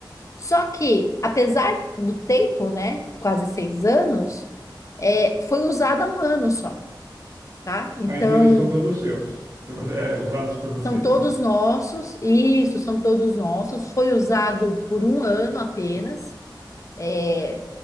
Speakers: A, on the left (about 40°); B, on the right (about 40°).
A: Só que, apesar do tempo, né, quase seis anos, é, foi usada um ano só, tá? Então.
B: Ah, então eles são todos seus, é, usados por vocês
A: São todos
B: mesmo.
A: nossos, isso, são todos nossos. Foi usado por um ano apenas. É,